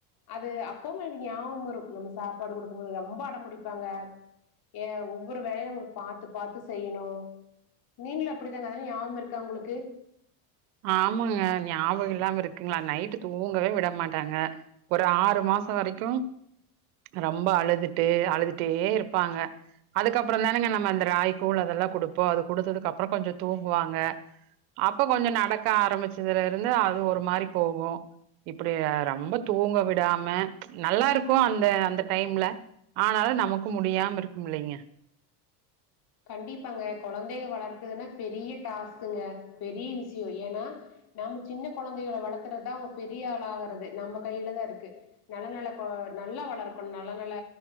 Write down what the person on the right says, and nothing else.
ஆமாங்க ஞாபகம் இல்லாம இருக்குங்ளா நைட்டு தூங்கவே விட மாட்டாங்க ஒரு ஆறு மாச வரைக்கு ரொம்ப அழுதுட்டு அழுதுட்டே இருப்பாங்க அதுக்கப்றோதானேங்க நம்ம அந்த ராகி கூழ் அதெல்லா குடுப்போ அது குடுத்ததுக்கு அப்றோ கொஞ்சோ தூங்குவாங்க அப்ப கொஞ்ச நடக்க ஆரம்பிச்சதுல இருந்து அது ஒரு மாரி போகு இப்டி ரம்ப தூங்க விடாம நல்லா இருக்கு அந்த அந்த டைம்ல ஆனாலு நமக்கு முடியாம இருக்குமில்லைங்க